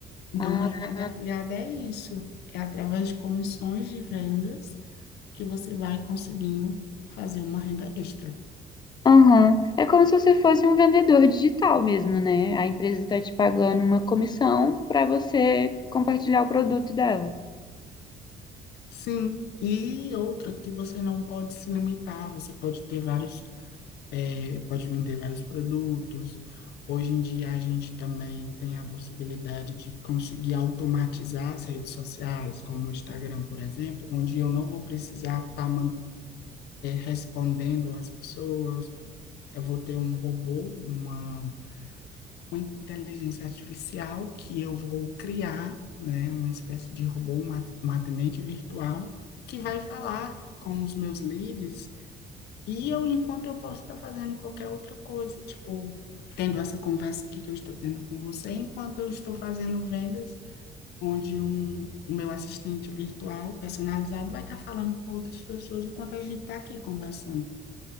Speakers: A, on the left; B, on the left.
A: Então
B: Ah,
A: o mercado de afiliado é isso. É através de comissões de vendas que você vai conseguindo fazer uma renda extra.
B: aham. É como se você fosse um vendedor digital mesmo, né? A empresa está te pagando uma comissão para você compartilhar o produto dela.
A: Sim, e outra que você não pode se limitar, você pode ter vários é, pode vender vários produtos. Hoje em dia a gente também tem a possibilidade de conseguir automatizar as redes sociais, como o Instagram, por exemplo, onde eu não vou precisar estar respondendo às pessoas, eu vou ter um robô, uma, uma inteligência artificial que eu vou criar, né, uma espécie de robô, um at- um atendente virtual, que vai falar com os meus leads e eu, enquanto eu posso estar fazendo qualquer outra coisa, tipo, tendo essa conversa aqui que eu estou tendo com você, enquanto eu estou fazendo vendas, onde um, o meu assistente virtual personalizado vai estar falando com outras pessoas enquanto a gente está aqui conversando.